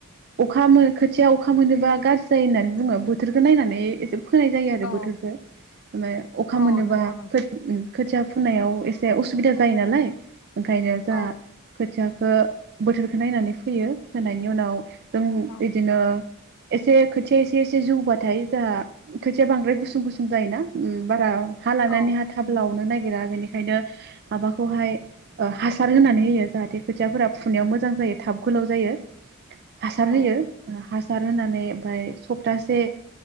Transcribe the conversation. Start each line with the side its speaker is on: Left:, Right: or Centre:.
Right: अखा खोथिया अखा मोनोबा गाज्रि जायो होननानै बुंङो बोथोरखौ नायनानै एसे फोनाय जायो आरो
Left: औ
Right: बोथोरखौ ओ अखा
Left: औ
Right: मोनोबा
Left: नंगौ नोंथां
Right: खोथिया फुननायाव एसे असुबिदा जायो नालाय ओंखायनो जा
Left: औ
Right: खोथिया बोथोरखौ नायनानै फोयो फोनायनि उनाव जों
Left: औ
Right: बिदिनो एसे खोथिया एसे एसे जौबाथाय जाहा खोथिया बांद्राय गुसुं गुसुं जायोना बारा हा लानानै
Left: औ
Right: हा थाब लावनो नागिर बेनिखायनो माबाखौहाय हासार होनानै हो जाहाथे खोथियाफोरा फुनायाव मोजां ज थाब गोलाव जायो हासार
Left: औ
Right: होयो हासार होनानै ओमफफ्राय सप्तासे